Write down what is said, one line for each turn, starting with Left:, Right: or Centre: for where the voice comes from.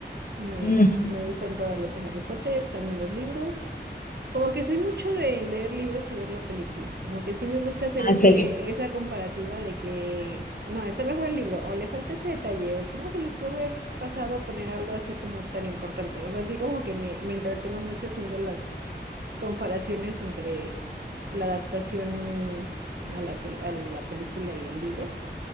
Right: Me,
Left: mm,
Right: me gustan todas las de Harry Potter, también los libros. Como que soy mucho de leer libros y ver la película. Como que sí me gusta hacer
Left: ah,
Right: ese,
Left: en serio.
Right: esa comparativa de que, no, está mejor el libro, o le falta este detalle, o cómo se les puede haber pasado poner algo así como tan importante. O sea, así como que me, me entretengo mucho haciendo las comparaciones entre la adaptación a la, tel- a la película y el libro.